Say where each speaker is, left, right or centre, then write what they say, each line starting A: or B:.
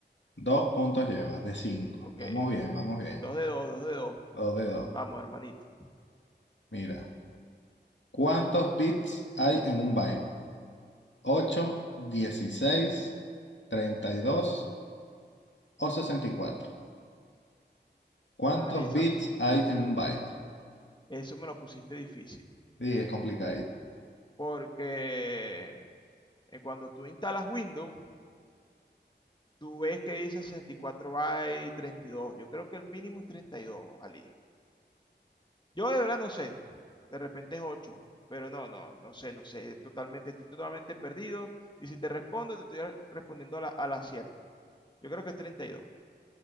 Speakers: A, on the left; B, on the left.
A: Dos puntos llevas de cinco.
B: Ok,
A: Vamos bien, vamos bien.
B: dos de dos, dos de dos.
A: Dos de dos.
B: Vamos, hermanito.
A: Mira, ¿cuántos bits hay en un byte? ocho dieciséis treinta y dos o sesenta y cuatro ¿Cuántos
B: Ali, esa-
A: bits hay en un byte?
B: eso me lo pusiste difícil,
A: Sí, es complicado.
B: porque eh, cuando tú instalas Windows, Tú ves que dice 64 bytes, 32. Yo creo que el mínimo es 32, Ali. Yo de verdad no sé. De repente es ocho, Pero no, no, no sé, no sé. Totalmente, estoy totalmente perdido. Y si te respondo, te estoy respondiendo a la- al acierto. Yo creo que es 32.